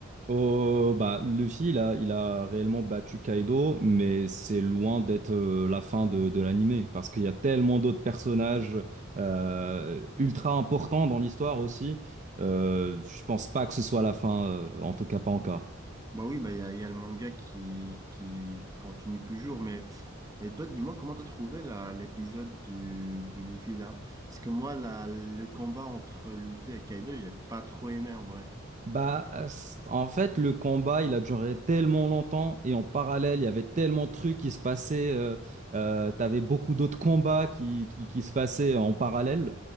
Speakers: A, on the right; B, on the right.
A: Oh, bah, Luffy, il a, il a réellement battu Kaido, mais c'est loin d'être euh, la fin de, de l'anime, parce qu'il y a tellement d'autres personnages euh, ultra importants dans l'histoire aussi. Euh, je pense pas que ce soit la fin, euh, en tout cas pas encore.
B: Bah oui, bah il y a, il y a le manga qui, qui continue toujours, mais et toi, dis-moi comment t'as trouvé la- l'épisode du, du Luffy là? Parce que moi, la, le combat entre Luffy et Kaido, j'ai pas trop aimé en vrai.
A: Bah, euh, c- en fait, le combat, il a duré tellement longtemps et en parallèle, il y avait tellement de trucs qui se passaient. Euh, euh, t'avais beaucoup d'autres combats qui, qui, qui se passaient en parallèle.